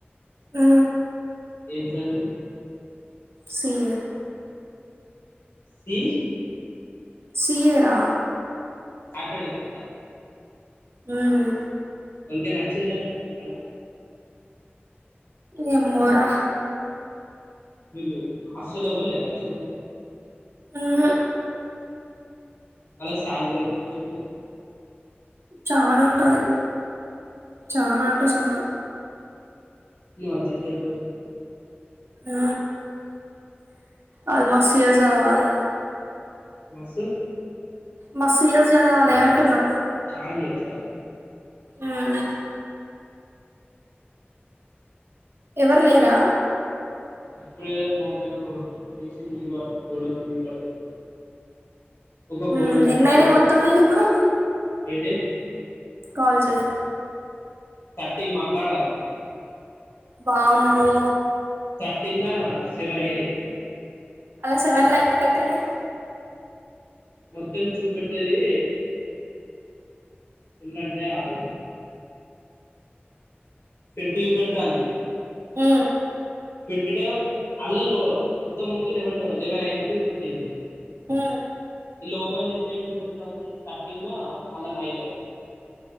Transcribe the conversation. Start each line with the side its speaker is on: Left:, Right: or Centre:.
Right: నా
Left: ఏం చదువు
Right: C A
Left: C
Right: C A రా
Left: అట్టడకు గా
Right: హ్మ్
Left: వానికి నచ్చింది అంటనా అడా
Right: ఏమో రా
Left: మీరు హాస్టల్లో ఎవరు లేరా వచ్చే వాళ్ళు
Right: ఆహ
Left: వాళ్ళకి శాలరీ ఎంత ఉంటుంది చుట్టూ
Right: చానా ఉంటది చానా అంటే చానా
Left: ఇయా జితయ్ పో
Right: అ అది మస్తు ఇయర్స్ చదవాలె
Left: మస్తు
Right: మస్తు చదవాలే అంటున్నా
Left: చాలా ఇయర్స్ ఆ
Right: ఉమ్ ఎవరు లేరా
Left: ఇప్పుడే మోటార్ బెసీ నీళ్లు పట్టి గోడకు నిల్లి పట్టినా ఒక
Right: ఉమ్
Left: గోడ ఉంటే
Right: ఎన్నయినాయి
Left: మమ్మీ పడ్తంది
Right: మొత్తం నీకు ఇప్పుడు
Left: ఏంటి
Right: కాల్ చెయ్
Left: థర్టీన్ మాట్లాడాలే
Right: బామ్మో
Left: థర్టీన్ నా సెవెన్ అఐనా
Right: సవన్లైన్ని కట్టేనే
Left: మొత్తం చూపెట్టది ఎందంటే ఆవు ఫన్ టీవి పడుతా అంది
Right: హ
Left: ట్వంటీ అల్ల లో ఉత్తం ముందు లెవెన్ లెవెన్ అయినట్టు పెట్టింది
Right: హ
Left: ఇలా ఓపెన్ చెప్స్తా ఏం రిప థర్టీన్మా మళ్ళా నైన్ ఎయిట్